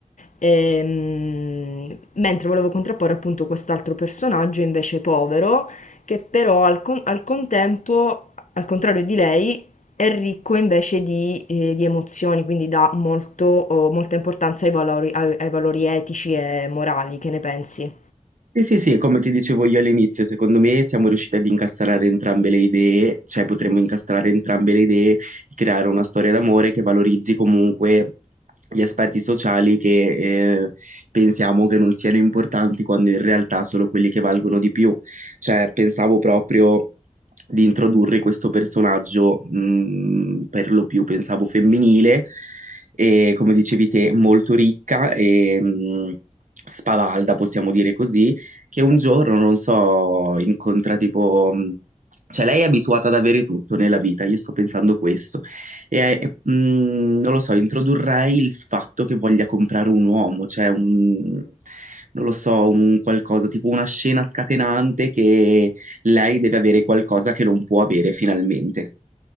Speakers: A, on the left; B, on the right.
A: Ehm, mentre volevo contrapporre appunto quest'altro personaggio invece povero, che però al, con- al contempo, al contrario di lei, è ricco invece di, eh, di emozioni, quindi dà molto, oh, molta importanza ai valori, ai ai valori etici e morali. Che ne pensi?
B: Sì, sì, sì, come ti dicevo io all'inizio, secondo me siamo riusciti ad incastrare entrambe le idee, cioè potremmo incastrare entrambe le idee e creare una storia d'amore che valorizzi comunque gli aspetti sociali che eh, pensiamo che non siano importanti quando in realtà sono quelli che valgono di più. Cioè, pensavo proprio di introdurre questo personaggio, mh, per lo più pensavo femminile, e come dicevi te, molto ricca e mh, spavalda, possiamo dire così che un giorno, non so, incontra tipo... mh, Cioè, lei è abituata ad avere tutto nella vita, io sto pensando questo. E, e, mh, non lo so, introdurrei il fatto che voglia comprare un uomo, cioè un... Non lo so, un qualcosa, tipo una scena scatenante che lei deve avere qualcosa che non può avere finalmente.